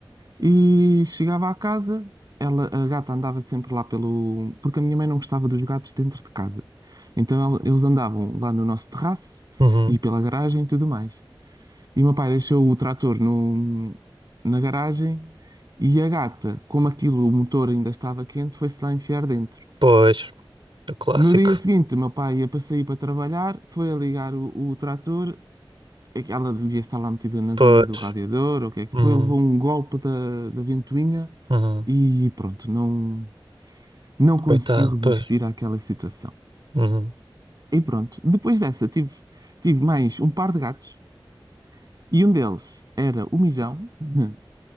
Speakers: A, on the right; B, on the right.
A: e chegava à casa, ela, a gata andava sempre lá pelo, porque a minha mãe não gostava dos gatos dentro de casa. Então ela- eles andavam lá no nosso terraço
B: Uhum.
A: e pela garagem e tudo mais. E o meu pai deixou o trator no, na garagem e a gata, como aquilo, o motor ainda estava quente, foi-se lá enfiar dentro.
B: Pois, o clássico.
A: No dia seguinte, o meu pai ia para sair para trabalhar, foi a ligar o, o trator, é que ela devia estar lá metida na zona
B: Pois.
A: do radiador, ou o que é que
B: Uhum.
A: foi, levou um golpe da, da ventoinha
B: Uhum.
A: e pronto, não, não conseguiu
B: Coitado,
A: resistir
B: pois.
A: àquela situação.
B: Uhum.
A: E pronto, depois dessa tive, tive mais um par de gatos e um deles era o Mijão. <laughs>